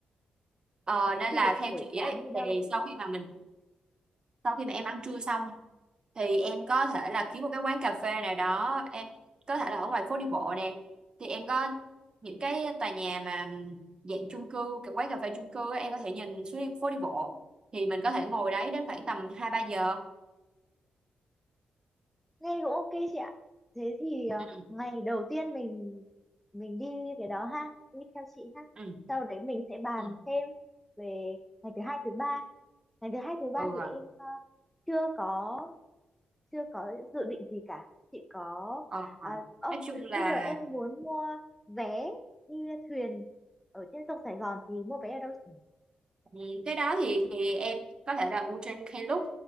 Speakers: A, on the right; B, in the centre.
A: Ờ,
B: thế
A: nên
B: thì
A: là theo
B: buổi
A: chị
B: sáng
A: ấy
B: đi đâu
A: thì sau khi mà mình sau khi mà em ăn trưa xong thì em có thể là kiếm một cái quán cà phê nào đó em có thể là ở ngoài phố đi bộ nè thì em có những cái tòa nhà mà dạng chung cư cái quán cà phê chung cư á, em có thể nhìn xuống đi- phố đi bộ thì mình có thể ngồi đấy đến khoảng tầm hai ba giờ
B: nghe cũng ok chị ạ thế thì ờ,
A: ừ
B: ngày đầu tiên mình mình đi cái đó ha đi theo chị ha
A: ừ
B: sau đấy mình sẽ bàn
A: ừ
B: thêm về ngày thứ hai thứ ba ngày thứ hai thứ ba
A: ừ
B: thì
A: rồi
B: em ờ, chưa có chưa có dự định gì cả chị có
A: ờ
B: à,
A: rồi.
B: ơ,
A: nói chung là
B: bây giờ em muốn mua vé đi thuyền ở trên sông Sài Gòn thì mua vé ở đâu chị
A: ừ, cái đó thì thì em có thể là mua trên Klook